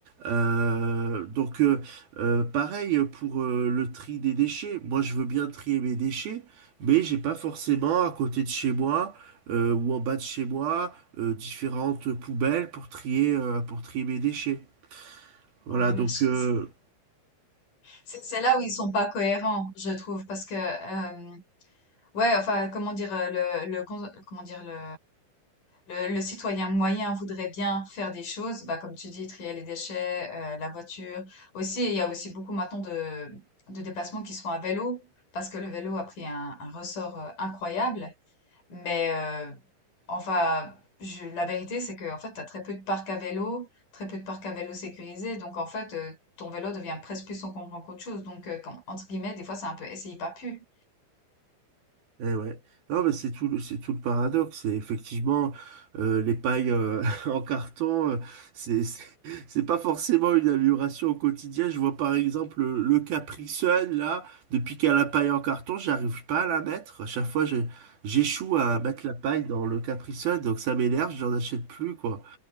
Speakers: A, on the right; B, on the left.
A: Euh, donc, euh, euh, pareil pour euh, le tri des déchets. Moi, je veux bien trier mes déchets, mais j'ai pas forcément à côté de chez moi euh, ou en bas de chez moi euh, différentes poubelles pour trier euh, pour trier mes déchets. Voilà.
B: Ouais, mais
A: Donc,
B: je-
A: euh,
B: C'est c'est là où ils sont pas cohérents, je trouve, parce que euh, ouais, enfin, comment dire, euh, le, le cons- comment dire, le, le, le citoyen moyen voudrait bien faire des choses, bah comme tu dis, trier les déchets, euh, la voiture. Aussi, il y a aussi beaucoup maintenant de de déplacements qui sont à vélo, parce que le vélo a pris un, un ressort euh, incroyable. Mais euh, enfin, je- la vérité, c'est que en fait, tu as très peu de parcs à vélo, très peu de parcs à vélo sécurisés. Donc, en fait, euh, ton vélo devient presque plus encombrant qu'autre chose. Donc, euh, comme- entre guillemets, des fois, c'est un peu essaye pas pu.
A: Eh ouais. Non, mais c'est tout, le- c'est tout le paradoxe. C'est effectivement euh, les pailles euh, <laughs> en carton, euh, c'est c'est c'est pas forcément une amélioration au quotidien. Je vois par exemple le, le Capri Sun, là, depuis qu'à la paille en carton, j'arrive pas à la mettre. À chaque fois, j'ai- j'échoue à mettre la paille dans le Capri Sun, donc ça m'énerve, j'en achète plus, quoi.